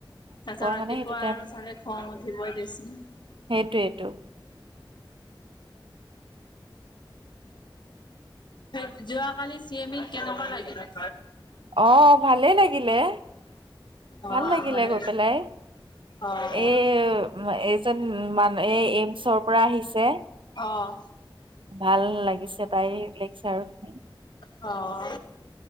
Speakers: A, on the left; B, on the right.
A: পিছত ৰাতিপুৱা
B: মানে সেইটো
A: আৰু চালে খং উঠিবই দে চোন।
B: সেইটোইটো।
A: সেই যোৱাকালি চি এমিত কেনেকুৱা লাগিলে?
B: অ' ভালেই লাগিলে
A: অ',
B: ভাল লাগিলে
A: ভালে
B: গৈ পেলাই।
A: অ',
B: এ এজন মান এই এইমচৰ পৰা আহিছে
A: অ',
B: ভাল লাগিছে তাই লেক্সছাৰত শুনি।
A: অঁ